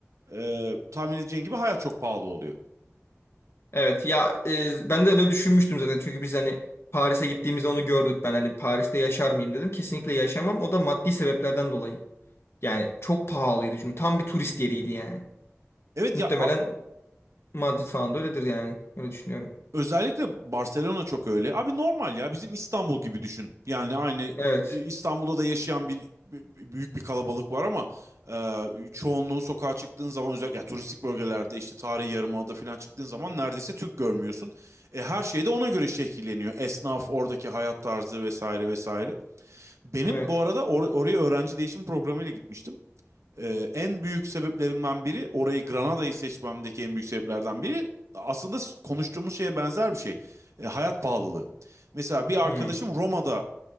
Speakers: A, on the right (about 75°); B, on the left (about 55°).
A: e, tahmin edeceğin gibi hayat çok pahalı oluyor.
B: Evet ya e, ben de öyle düşünmüştüm zaten çünkü biz hani Paris'e gittiğimizde onu gördük ben hani Paris'te yaşar mıyım dedim kesinlikle yaşamam o da maddi sebeplerden dolayı yani çok pahalıydı çünkü tam bir turist yeriydi yani
A: Evet
B: muhtemelen
A: ya a-
B: Madrid falan da öyledir yani öyle düşünüyorum
A: özellikle Barcelona çok öyle. Abi normal ya bizim İstanbul gibi düşün. Yani aynı
B: evet
A: e, İstanbul'da da yaşayan bir bir- büyük bir kalabalık var ama e, çoğunluğu sokağa çıktığın zaman özellikle ya, turistik bölgelerde işte tarihi yarımada falan çıktığın zaman neredeyse Türk görmüyorsun. E, her şey de ona göre şekilleniyor. Esnaf, oradaki hayat tarzı vesaire vesaire. Benim
B: evet
A: bu arada or- oraya öğrenci değişim programıyla gitmiştim. Ee, en büyük sebeplerimden biri orayı Granada'yı seçmemdeki en büyük sebeplerden biri aslında konuştuğumuz şeye benzer bir şey. E, hayat pahalılığı. Mesela bir arkadaşım
B: hmm.
A: Roma'da